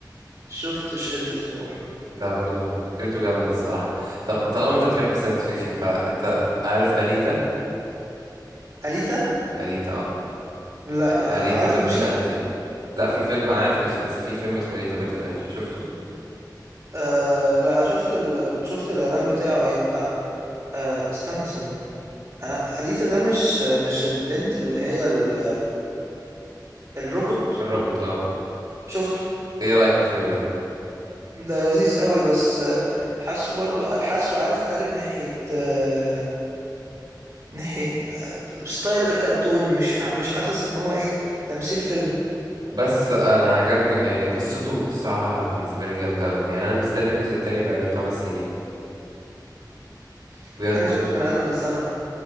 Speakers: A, on the right (about 45°); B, on the right (about 75°).
A: شفتش ايدج اوف تومورو
B: ده برضو فكرته جامدة الصراحة طب طالما انت بتحب الساينس فيكشن فانت عارف أليتا
A: اليتا
B: أليتا اه
A: لا
B: أليتا
A: آه، عارف
B: باتل
A: لوسي
B: أنجل لا في فيلم انا عارف لوسي بس في فيلم اسمه أليتا باتل أنجل شفته
A: آه لا شفت ال... كنت شفت الاعلان بتاعه هي بتاع آه استنى استنى آه، اليتا ده مش مش البنت اللي هي ال... الروبوت
B: الروبوت اه
A: شفته
B: ايه رأيك في الفيلم ده
A: ده لذيذ قوي بس آه، حاسه برضو حاسه عارف قالب ناحية آه، ناحية آه، ستايل كرتون مش مش حاسس ان هو ايه تمثيل فيلم
B: بس انا عجبني يعني قصته الصراحة بالنسبة لي جامدة اوي يعني انا مستني الجزء التاني بقالي خمس سنين
A: <laughs>
B: بجد
A: انا شفته من اقل من سنة